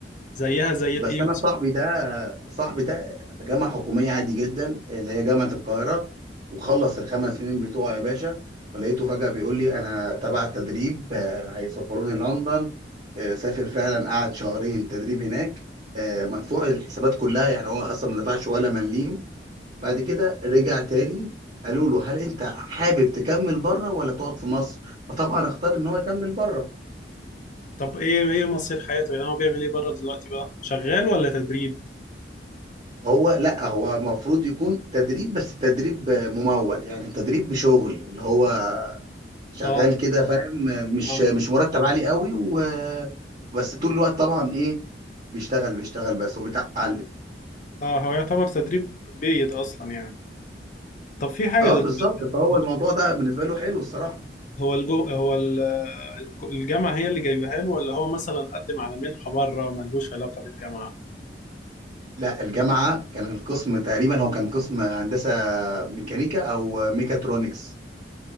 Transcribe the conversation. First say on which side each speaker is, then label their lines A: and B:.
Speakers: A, on the left; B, on the right.
A: زيها زي
B: بس
A: الاي
B: انا صاحبي ده صاحبي ده جامعه حكوميه عادي جدا اللي هي جامعه القاهره وخلص الخمس سنين بتوعه يا باشا فلقيته فجاه بيقول لي انا تبع تدريب آه، هيسافروني لندن آه، سافر فعلا قعد شهرين تدريب هناك آه، مدفوع الحسابات كلها يعني هو اصلا ما دفعش ولا مليم بعد كده رجع تاني قالوا له هل انت حابب تكمل بره ولا تقعد في مصر فطبعا اختار ان هو يكمل بره
A: طب ايه ايه مصير حياته يعني هو بيعمل ايه بره دلوقتي بقى شغال ولا تدريب
B: هو لا هو المفروض يكون تدريب بس تدريب ممول يعني تدريب بشغل اللي هو شغال
A: اه
B: كده فاهم مش
A: آه.
B: مش مرتب عالي قوي و بس طول الوقت طبعا ايه بيشتغل بيشتغل بس وبيتعلم
A: اه هو يعتبر تدريب بيد اصلا يعني طب في حاجه
B: اه
A: دلوقتي
B: بالظبط فهو
A: هو
B: الموضوع ده بالنسبه له حلو الصراحه
A: هو الجو هو ال- الك- الجامعه هي اللي جايبها له ولا هو مثلا قدم على منحه بره ملهوش علاقه بالجامعه
B: لا الجامعه كان القسم تقريبا هو كان قسم هندسه ميكانيكا او ميكاترونكس